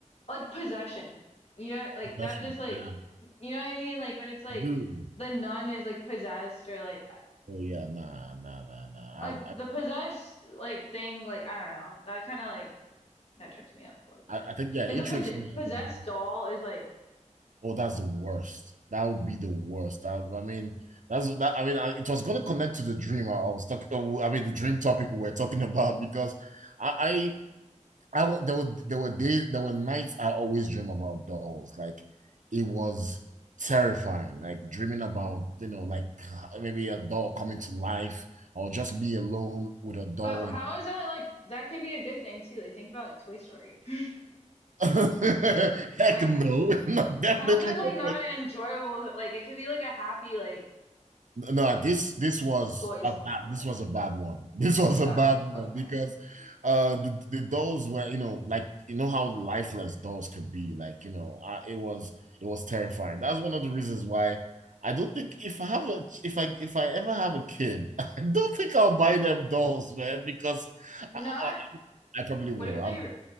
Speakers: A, on the left; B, on the right.
A: like possession. You know, like
B: Question.
A: that just like
B: Yeah,
A: you know what I mean? Like when it's like
B: I do.
A: the nun is like possessed or like
B: Oh yeah, nah, nah, nah, nah.
A: like
B: I, I,
A: the possessed like thing like I don't know. That kind of like that trips me up a little bit.
B: I I think yeah,
A: Like
B: interest
A: the pod-
B: rate
A: possessed
B: is.
A: doll is like
B: Oh, that's the worst. That would be the worst. I, I mean, that's that. I mean, I, it was going to connect to the dream I, I was talking. I mean, the dream topic we were talking <laughs> about because I, I w- there were there were days there were nights I always dream about dolls. Like it was terrifying. Like dreaming about you know like <sighs> maybe a doll coming to life or just be alone with a doll.
A: but
B: And
A: how is that like that could be a good thing too. Like think about like Toy Story. <laughs>
B: <laughs> heck
A: Like
B: no,
A: <sighs>
B: <laughs> no, definitely
A: how is that like
B: not.
A: not an enjoyable like it could be like a happy like
B: No, this this was
A: toys
B: a bad
A: coming to
B: this
A: life.
B: was a bad one. <laughs> This was a
A: Oh,
B: bad
A: okay.
B: one because uh the, the dolls were, you know, like you know how lifeless dolls could be. Like, you know, I, it was it was terrifying. That's one of the reasons why I don't think if I have a if I if I ever have a kid, <laughs> I don't think I'll buy them dolls, man, because I,
A: Not
B: I, I probably
A: what
B: will.
A: if
B: I'm
A: they